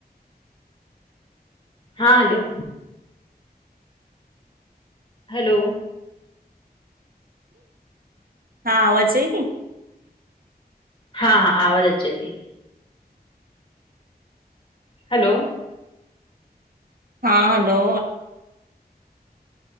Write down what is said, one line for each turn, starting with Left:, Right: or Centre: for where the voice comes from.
Left: हा हलो। हलो।
Right: हा आवज़े थी?
Left: हा हा आवाज़ अचे थी। हलो।
Right: हा हलो।